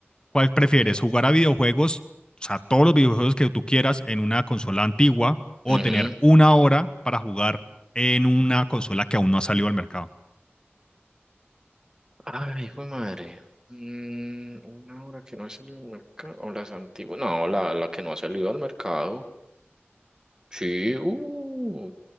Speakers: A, on the left; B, on the right.
A: ¿Cuál prefieres?
B: ok.
A: ¿Jugar a videojuegos, o sea, todos los videojuegos que tú quieras en una consola antigua o
B: Ujú.
A: tener una hora para jugar en una consola que aún no ha salido al mercado?
B: Ay, fue madre. Mm, una hora que no ha salido al mercado, o las antiguas, no, la, la que no ha salido al mercado. Sí, uh,